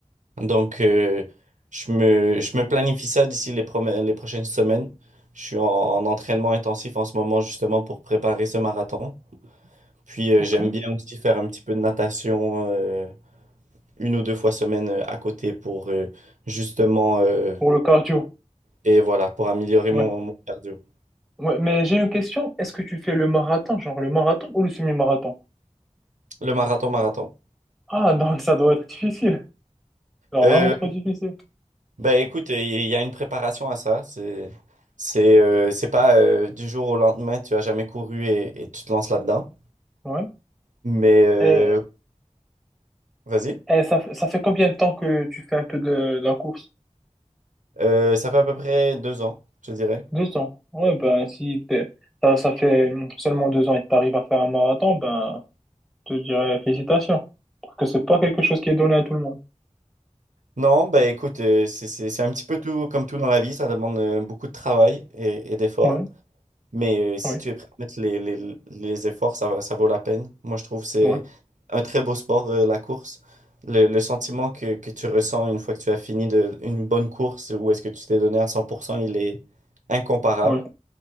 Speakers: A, on the right; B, in the centre.
A: Donc euh, je me, je me planifie ça d'ici les, prom- les prochaines semaines. Je suis en, en entraînement intensif en ce moment justement pour préparer ce marathon. Puis euh,
B: ok.
A: j'aime bien aussi faire un petit peu de natation euh, une ou deux fois semaine euh, à côté pour euh, justement, euh,
B: Pour le cardio,
A: et voilà, pour améliorer
B: ouais.
A: mon, mon cardio.
B: Ouais, mais j'ai une question. Est-ce que tu fais le marathon, genre le marathon ou le semi-marathon?
A: Le marathon, marathon.
B: Ah, donc <laughs> ça doit être difficile. Alors
A: Euh,
B: vraiment trop difficile.
A: Ben écoute, euh, il y a une préparation à ça. C'est c'est euh, c'est pas euh, du jour au lendemain, tu as jamais couru et, et tu te lances là-dedans.
B: Ouais.
A: Mais euh,
B: Et,
A: vas-y.
B: et ça, ça fait combien de temps que tu fais un peu de la course?
A: Euh, ça fait à peu près deux ans, je dirais.
B: Deux ans. Ouais, ben, si t'es- ça, ça fait seulement deux ans et que t'arrives à faire un marathon, ben, je te dirais félicitations. Parce que c'est pas quelque chose qui est donné à tout le monde.
A: Non, ben écoute, euh, c'est c'est- c'est un petit peu tout comme tout dans la vie. Ça demande euh, beaucoup de travail et, et d'efforts.
B: Ouais,
A: Mais euh, si
B: ouais,
A: tu es prêt à mettre les, les- les efforts, ça, va- ça vaut la peine. Moi, je trouve que c'est
B: ouais,
A: un très beau sport, euh, la course. Le, le sentiment que, que tu ressens une fois que tu as fini de, une bonne course ou est-ce que tu t'es donné à 100%, il est incomparable.
B: ouais.